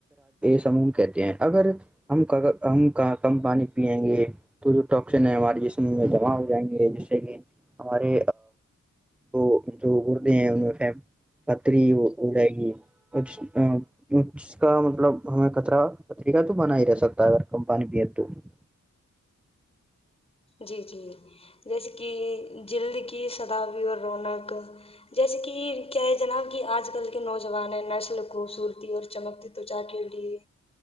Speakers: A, in the centre; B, on the left (about 20°).
A: سم کہتے ہیں اگر ہم کم پانی پیئیں گے تو جو ٹکسن ہمارے جسم میں جمع ہو جائیں گے جیسے کہ ہمارے وہ جو گردے ہیں ان میں سے پتری ہو جائے گی کچھ ا ج کا مطلب ہمیں کطرا کتر کاہ تو بنا ہی رہ سکتا ہے اگر کم پانی پی تو <unintelligible>
B: جی جی جیسے کہ جلد کی سداوی اور رونق جیسے کہ کیا ہے جناب کہ آج کل کے نوجوان نسل خوبصورتی اور چمکتی تچا کے لیے